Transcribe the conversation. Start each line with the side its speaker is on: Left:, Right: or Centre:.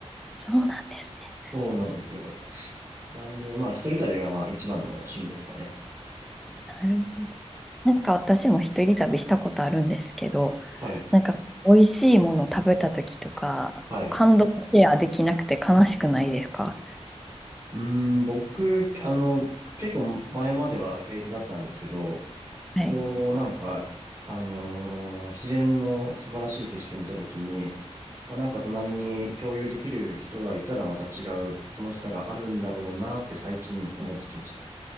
Centre: そうなんですね。
Right: そうなんですよ。なんで、まあ、一人旅がまあ一番の趣味ですかね。
Centre: なるほど。なんか私も一人旅したことあるんですけど、
Right: はい。
Centre: なんか美味しいもの食べた時とか、
Right: はい。
Centre: こう感動シェアできなくて悲しくないですか
Right: うーん、僕、あの、結構前までは平気だったんですけど、
Centre: はい。
Right: こう、なんか、あのー自然の素晴らしい景色を見たときに、まあ、なんか隣に共有できる人がいたらまた違う楽しさがあるんだろうなって最近思ってきました。